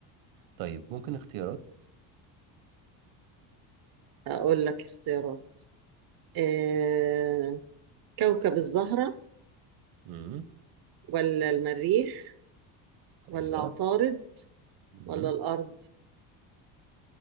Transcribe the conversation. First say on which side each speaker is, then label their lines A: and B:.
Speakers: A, on the right; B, on the right.
A: طيب ممكن اختيارات
B: اقول لك اختيارات آه، كوكب الزهرة
A: امم
B: ولا المريخ ولا
A: ايوه
B: عطارد
A: امم
B: ولا الأرض